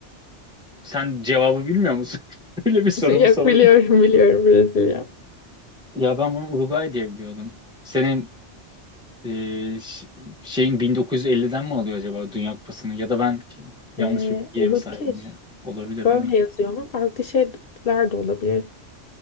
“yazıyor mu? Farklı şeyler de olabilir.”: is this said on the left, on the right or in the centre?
Left